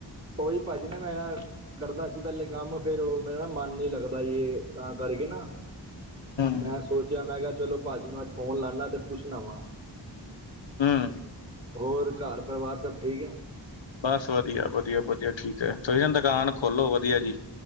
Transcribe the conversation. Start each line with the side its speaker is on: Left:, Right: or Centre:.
Right: ਉਹੀ ਭਾਜੀ ਨਾ ਮੇਰਾ ਕਰਦਾ ਸੀ ਪਹਿਲੇ ਕੰਮ। ਫੇਰ ਉਹ ਮੇਰੇ ਨਾ ਮਨ ਨੀ ਲੱਗਦਾ ਜ ਤਾਂ ਕਰਕੇ ਨਾ।
Left: ਹਮ
Right: ਮੈਂ ਸੋਚਿਆ ਮੈਂ ਕਿਹਾ ਚਲੋ ਭਾਜੀ ਨੂੰ ਅੱਜ ਫੋਨ ਲਾਨਾ ਤੇ ਪੁੱਛਣਾ ਵਾ।
Left: ਹਮ।
Right: ਹੋਰ ਘਰ ਪਰਿਵਾਰ ਸਭ ਠੀਕ ਹੈ।
Left: ਬਸ ਵਧੀਆ-ਵਧੀਆ-ਵਧੀਆ ਠੀਕ ਹੈ ਤੁਹੀ ਦੁਕਾਨ ਖੋਲੋ ਵਧੀਆ ਜੀ।